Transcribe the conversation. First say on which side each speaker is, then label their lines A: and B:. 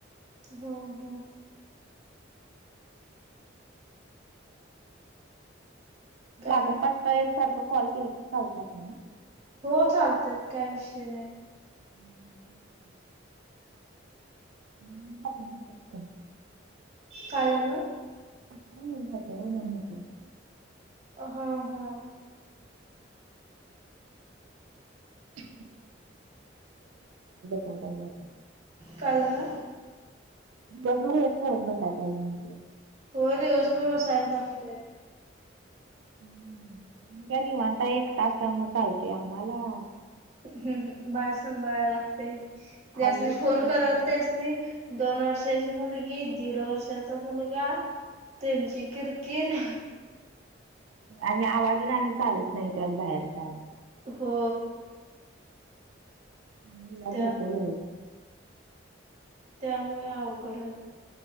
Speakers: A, on the right (about 35°); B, on the right (about 85°).
A: हो हो. काय
B: लागोपाठ.
A: मग
B: एक सारखं कॉल केले तर, चालत्यात न्हव.
A: हो चालत्यात काय विषय नाही.
B: ह <unintelligible> <unintelligible>
A: काय बोलात.
B: <unintelligible> म्हटलं
A: अह हम्म
B: <unintelligible> सात हजार
A: काय झालं?
B: दिवसभर हेच करत बसायचं काय ग म्हटलं.
A: होय दिवसभर बसायच लागते.
B: हम्म तुम्ही काय निवांत आहे एकट असल्यामुळे चालतेय आम्हाला
A: हम्म हम्म बाळ सांभाळायला लागते, ज्यांसनी
B: आवरून
A: फोन
B: सगळं
A: करल
B: करून
A: त्यांस नी दोन वर्षाची मुलगी, दीड वर्षाचा मुलगा त्यांची किरकिर.
B: आणि आवाजन आला चालत नाही त्यात बाहेरचा आणि.
A: हो
B: मुलीला
A: त्या
B: झोपलोय.
A: त्यामुळे अवघड आहे.